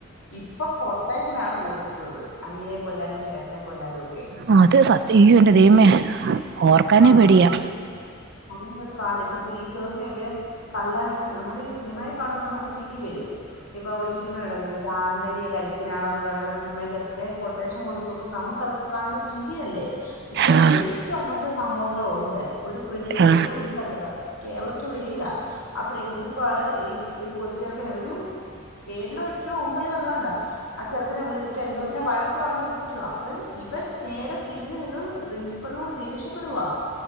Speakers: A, on the left (about 80°); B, on the right (about 50°).
A: ഇപ്പം കൊട്ടേഷനാണ് കൊടുക്കുന്നത് അനിയനെ കൊല്ലാനും ചേട്ടനെ കൊല്ലാനും ഒക്കെ
B: ആഹ് അത് സത്യം
A: അങ്ങനത്തെ
B: യ്യോ ന്റെ ദൈവമേ
A: ഒരു
B: ഓർക്കാനേ
A: അങ്ങനെ
B: പേടിയാ
A: അങ്ങനെ ഒരു കാലം ഇപ്പൊ ട്ടീച്ചേഴ്സിനെ ഒക്കെ തല്ലാനൊക്കെ നമ്മള് ഈ സിനിമായിൽ കാണുമ്പോ നമുക്ക് ചിരി വരും ഇപ്പൊ ഒരു സ് സിനിമയണ്ടല്ലോ മറ്റെ ആന്മരിയ കലപ്പിനാണന്ന് പറയുന്ന ആ സിമയ്ക്കാത്തൊക്കെ കൊട്ടേഷൻ കൊണ്ട് നമുക്കതൊക്കെ കാണുമ്പോ ചിരിയല്ലേ പക്ഷേ
B: ആ
A: ശരിക്കും അങ്ങനത്തെ സംഭവങ്ങൾ ഒണ്ട് ഒരു പ്രിൻസി
B: ആ
A: ഒരു ഇത് കണ്ടതാ കേരളത്തിന് വെളിയിലാ ആ പ്രിൻസിപ്പാള് ഈ ഈ കൊച്ചിറക്കനെ ഒരു ഏഴിലോ എട്ടിലോ ഒമ്പലോ അങ്ങാണ്ടാ ആ ചെറുക്കനെ വിളിച്ചിട്ട് എന്തോത്തിനൊ വഴക്ക് പറഞ്ഞുകൊണ്ടിരിക്കുവ അപ്പൊ ഇവൻ നേരെ തിരിഞ്ഞ് നിന്ന് പ്രിൻസി പ്പളിനോട് ദേഷ്യപ്പെടുവാ